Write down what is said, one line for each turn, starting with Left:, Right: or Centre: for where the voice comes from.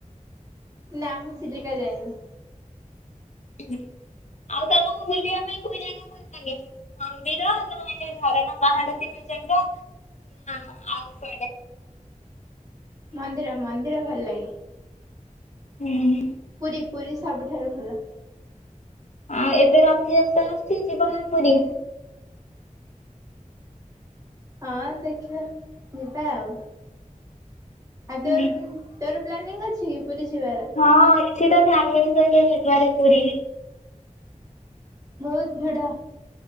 Right: ନା ମୁଁ ଚିଲିକା ଯାଇନି।
Left: ହ ଆଉ ତମକୁ ବୁଲିବା ପାଇଁ କୋଉ ଜାଗା ଲାଗେ ମନ୍ଦିର ନ ଯଉ ଝରଣା ପାହାଡ ଥିବା ଜାଗା ହଁ ଆଉ କଡେ
Right: ମନ୍ଦିର ମନ୍ଦିର ଭଲ ଲାଗେ।
Left: ହୁଁ।
Right: ପୁରୀ ପୁରୀ ସବୁଠାରୁ ଭଲ।
Left: ଆଉ ଏବେ ରଥଯାତ୍ରା ଆସୁଛି ଯୀବନା ପୁରୀ।
Right: ହଁ ଦେଖିବା ଯିବା ଆଉ ଆଉ
Left: ହୁଁ।
Right: ତୋର ତୋର ପ୍ଲାନିଂ ଅଛି କି ପୁରୀ ଯିବାର।
Left: ହଁଁ ଅଛି ତ ଫ୍ୟାମିଲି ସହିତ ଯିବାରେ ପୁରୀ।
Right: ବହୁତ ଭିଡା।